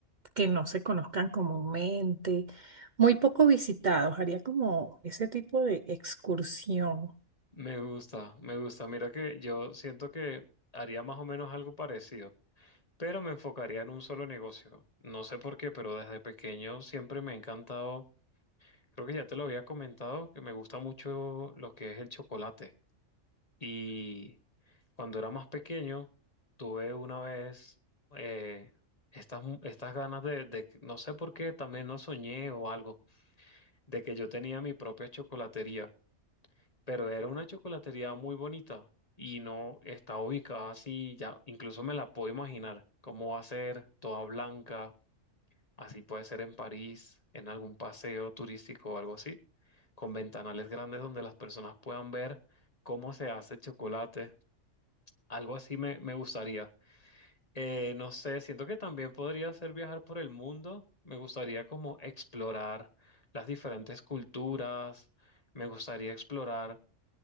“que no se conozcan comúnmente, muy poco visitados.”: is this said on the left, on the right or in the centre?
Right